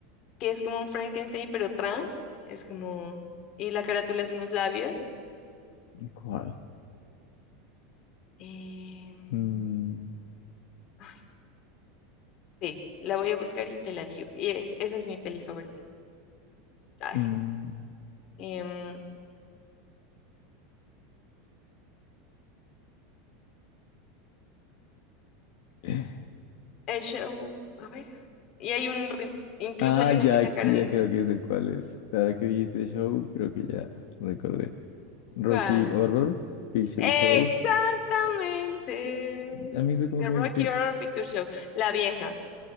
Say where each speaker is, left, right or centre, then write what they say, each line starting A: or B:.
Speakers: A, on the left (about 35°); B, on the left (about 65°).
A: que es como un Frankenstein, pero trans, es como, y la carátula es unos labios.
B: ¿Cuál?
A: em,
B: Mm,
A: ay, ve, la voy a buscar y te la digo. Y esa es mi peli favorita. <laughs> Ay,
B: mm.
A: em,
B: <laughs>
A: el show, a ver. Y hay un, re- incluso
B: Ah,
A: hay
B: ya,
A: una que sacaron,
B: ya
A: de-
B: creo que sé cuál es. Ahora que dijiste show, creo que ya recordé. Rocky
A: ¿cuál?
B: Horror Picture
A: Exactamente.
B: Show. A mí eso
A: The
B: como que
A: Rocky
B: me dijiste,
A: Horror Picture Show. La vieja.